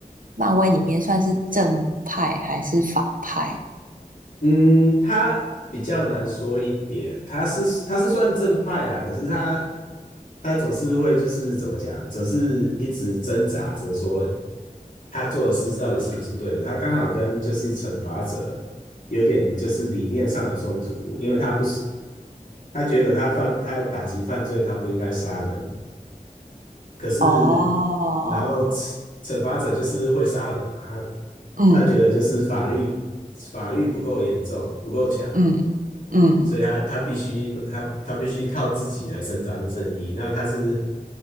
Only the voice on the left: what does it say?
<laughs> 嗯，他比较难说一点，他是他是算正派啊，可是他他总是会就是怎么讲，总是一直挣扎着说他做的事到底是不是对的。他刚好跟就是惩罚者有点就是理念上的冲突，因为他不是他觉得他犯他打击犯罪，他不应该杀人，可是然后惩惩罚者就是会杀人嘛，
他
他觉得就是法律法律不够严重，不够强，
所以他他必须他他必须靠自己来伸张正义。那他是